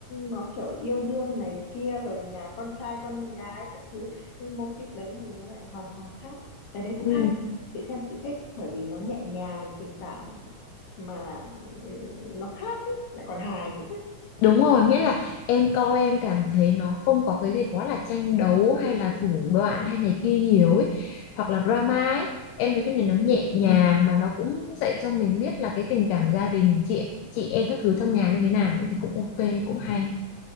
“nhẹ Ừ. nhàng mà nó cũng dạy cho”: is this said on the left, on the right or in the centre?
Left